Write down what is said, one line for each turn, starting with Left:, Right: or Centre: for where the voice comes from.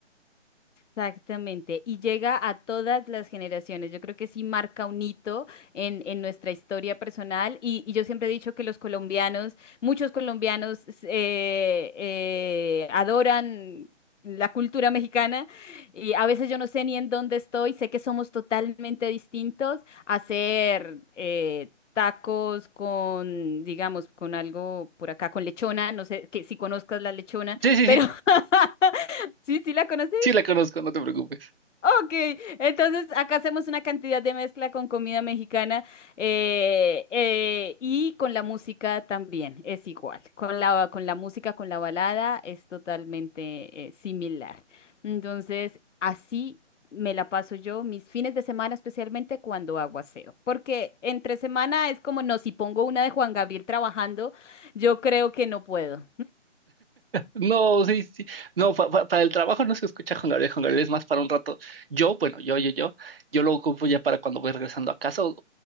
Left: Exactamente, y llega a todas las generaciones. Yo creo que sí marca un hito en, en nuestra historia personal y, y yo siempre he dicho que los colombianos, muchos colombianos s- eh, eh, adoran la cultura mexicana y a veces yo no sé ni en dónde estoy, sé que somos totalmente distintos. Hacer eh, tacos con, digamos, con algo por acá, con lechona, no sé que si conozcas la lechona,
Right: Sí, sí,
Left: pero...
Right: sí.
Left: <laughs> Sí, sí la conoces.
Right: Sí, la conozco, no te preocupes.
Left: Ok, entonces acá hacemos una cantidad de mezcla con comida mexicana eh, eh, y con la música también es igual. Con la, con la música, con la balada es totalmente eh, similar. Entonces, así me la paso yo mis fines de semana, especialmente cuando hago aseo. Porque entre semana es como, no, si pongo una de Juan Gabriel trabajando, yo creo que no puedo.
Right: No, sí, sí. No, pa- pa- para el trabajo no se escucha Juan Gabriel. Juan Gabriel es más para un rato. Yo, bueno, yo, yo, yo, yo lo ocupo ya para cuando voy regresando a casa o,